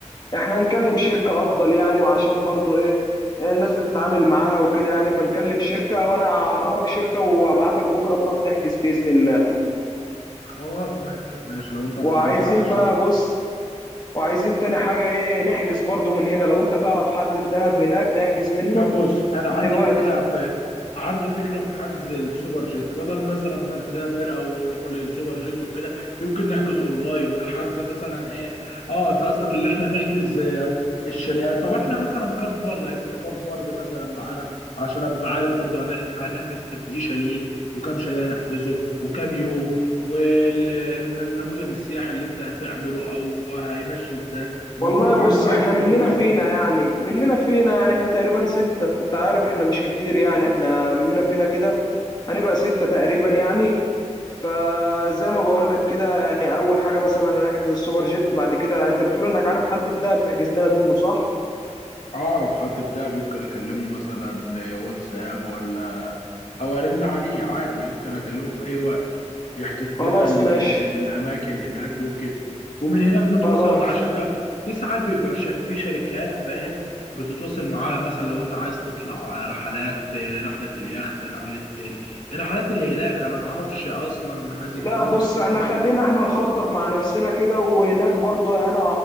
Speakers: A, on the left; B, on the left.
A: احنا هنكلم شركة افضل يعني وعشان برضو ايه الناس بتتعامل معاها وكده يعني فنكلم شركة وانا اعرفك شركة وابعتك بكرة تروح تحجز بإذن الله
B: خلاص ماشي ماشي لو انت اتعرفنا
A: وعايزين
B: على الشركة
A: بقى بص وعايزين تاني حاجة ايه نحجز برضو من هنا لو انت تعرف حد في دهب هناك نحجز منه
B: طب بص انا
A: من
B: عندي
A: دلوقتي
B: فكره في عندي فكره في حجز السوبر جيت بدل مثلا ما نسافر او نروح للسوبر جيت وكده يمكن نحجز اونلاين والحجز مثلا ايه اه انت قصدك اللي احنا نحجز آه، الشاليهات طب احنا مثلا كام فرد هيكون كام فرد مثلا معانا عشان ابقى عارف برضو هنح- هنحجز قد ايه شاليه وكام شاليه هنحجزه وكام يوم والنموذج السياحي اللي انت هتعمله او هيمشي ازاي ما
A: والله
B: هو برضو
A: بص
B: عايز عايزك
A: احنا مننا
B: تقول لي على
A: فينا
B: التفاصيل
A: يعني مننا فينا يعني احنا تقريبا ستة انت عارف احنا مش كتير يعني احنا مننا فينا كده هنبقى ستة تقريبا يعني فزي ما بقول لك كده يعني اول حاجه مثلا هنحجز السوبر جيت بعد كده انت بتقول انك عارف حد في دهب تحجز لنا منه صح
B: اعرف حد في دهب يمكن اكلمه مثلا آه، واتساب ولا او ارن عليه عادي يمكن اكلمه في اي وقت يحجز
A: خلاص
B: لنا ال-
A: ماشي
B: الاماكن هناك وكده ومن هناك نتواصل
A: خلاص
B: مع شركه في ساعات بيبقى ش- في شركات فاهم بتتواصل معاها مثلا لو انت عايز تطلع رحلات رحله اليخت رحله ال- الرحلات اللي هناك انا ما اعرفش اصلا نماذج
A: لا
B: قوي
A: بص
B: بس
A: احنا خلينا احنا نخطط مع نفسنا كده وهناك برضو انا